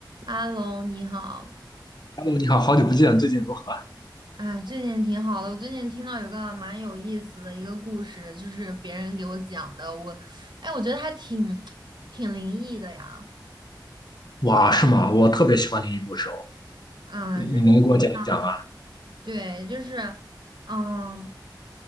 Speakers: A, on the right; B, on the left.
A: h e 你好。
B: 哈喽，你好，好久不见，最近如何？
A: 哎，最近挺好的。我最近听到有个蛮有意思的一个故事，就是别人给我讲的。我，哎，我觉得还挺挺灵异的呀。
B: 哇，是吗？我特别喜欢听英故事哦，
A: 嗯，
B: 你你能给我讲一讲吗？
A: 就是啊，对，就是，嗯